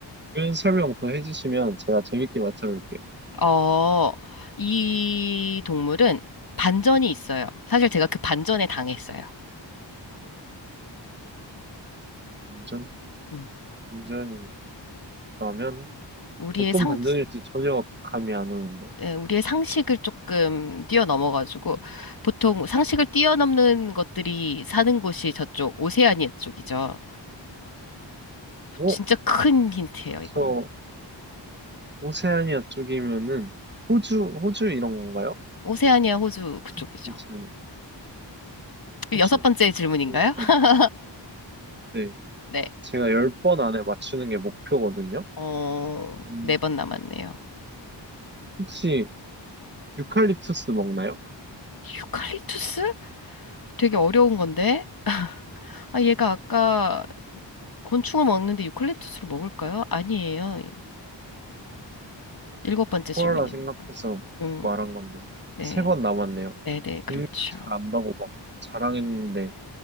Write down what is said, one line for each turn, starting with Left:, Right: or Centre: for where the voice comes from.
Right: 이런 설명 더 해주시면 제가 재밌게 맞춰볼게요.
Left: 어, 이 동물은 반전이 있어요. 사실 제가 그 반전에 당했어요.
Right: 반전
Left: 음,
Right: 반전이라면
Left: 우리의
Right: 어떤
Left: 상,
Right: 반전일지 전혀 감이 안 오는데.
Left: 예, 우리의 상식을 조금 뛰어넘어가지고 보통 상식을 뛰어넘는 것들이 사는 곳이 저쪽 오세아니아 쪽이죠.
Right: 어?
Left: 진짜 큰 힌트예요, 이거는.
Right: 저 오세아니아 쪽이면은 호주, 호주 이런 건가요?
Left: 오세아니아 호주 그쪽이죠.
Right: 여섯 번째 질문, 호주.
Left: 여섯 번째 질문인가요?
Right: 그러면,
Left: <laughs>
Right: 네,
Left: 네.
Right: 제가 열 번 안에 맞추는 게 목표거든요.
Left: 어,
Right: 음,
Left: 네 번 남았네요.
Right: 혹시 유칼립투스 먹나요?
Left: 유칼립투스? 되게 어려운 건데. 아, 얘가 아까 곤충을 먹는데 유칼립투스를 먹을까요? 아니에요. 일곱 번째 질문이네요.
Right: 코알라 생각해서
Left: 음,
Right: 말한 건데,
Left: 네.
Right: 세 번 남았네요.
Left: 네네, 그렇죠.
Right: 동물 잘 안다고 막 자랑했는데,